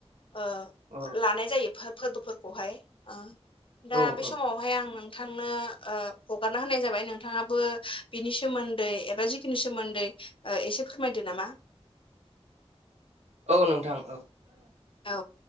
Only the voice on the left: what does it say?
ओ
लानाय जायो फोरबोफोरखौहाय ओ दा
बे
समाव हाय आं नोंथांनो ओ हगारना होनाय जाबाय नोंथांआबो बिनि सोन्दै एबा जि बोनि सोमोन्दै ओ एसे फोरमायदो नामा
औ